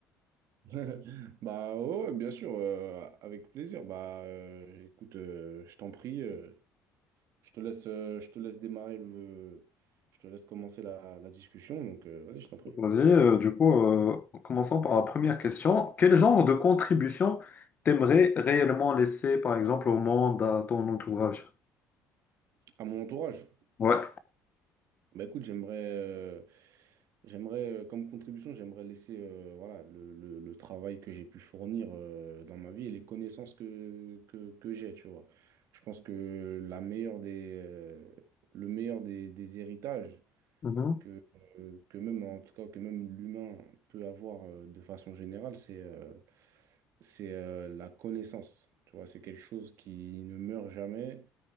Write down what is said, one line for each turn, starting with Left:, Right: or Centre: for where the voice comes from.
Right: <laughs> Bah ouais, ouais, bien sûr, euh, avec plaisir. Bah euh, écoute, euh, je t'en prie, euh, je te laisse, euh, je te laisse démarrer le, je te laisse commencer la, la discussion. Donc euh, vas-y, je t'en prie.
Left: <laughs> Vas-y, euh, du coup, euh, commençons par la première question. Quel genre de contribution t'aimerais réellement laisser, par exemple, au monde, à ton entourage?
Right: À mon entourage.
Left: Ouais.
Right: Bah écoute, j'aimerais, euh, j'aimerais euh, comme contribution, j'aimerais laisser euh, voilà le, le- le travail que j'ai pu fournir euh, dans ma vie et les connaissances que que, que j'ai, tu vois. Je pense que la meilleure des, euh, le meilleur des des héritages.
Left: Mhm.
Right: que, euh, que même, en tout cas, que même l'humain peut avoir euh, de façon générale, c'est euh, c'est euh, la connaissance. Tu vois, c'est quelque chose qui ne meurt jamais.